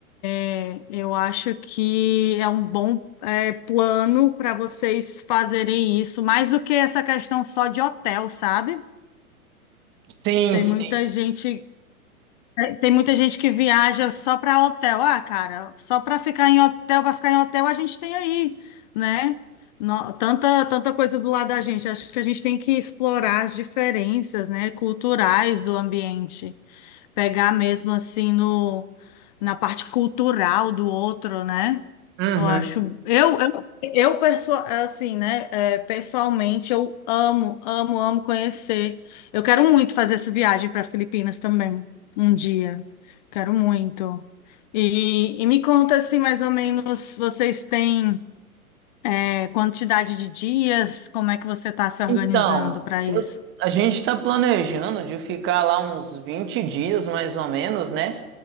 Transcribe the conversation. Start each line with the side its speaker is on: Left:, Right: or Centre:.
Left: É, Eu acho que é um bom é, plano para vocês fazerem isso, mais do que essa questão só de hotel, sabe?
Right: Sim,
Left: Tem
Right: sim.
Left: muita gente, é, tem muita gente que viaja só para hotel. Ah, cara, só para ficar em hotel, para ficar em hotel, a gente tem aí, né? No- tanta, tanta coisa do lado da gente. Acho que a gente tem que explorar as diferenças, né, culturais do ambiente. Pegar mesmo assim no, na parte cultural do outro, né?
Right: Uhum.
Left: Eu acho, eu, eu, eu perso- assim, né? é, pessoalmente, eu amo, amo, amo conhecer. Eu quero muito fazer essa viagem para Filipinas também, um dia. Quero muito. E, e me conta assim, mais ou menos, vocês têm é, quantidade de dias? Como é que você está se organizando
Right: Então,
Left: para
Right: eu-
Left: isso?
Right: a gente está planejando de ficar lá uns 20 dias, mais ou menos, né?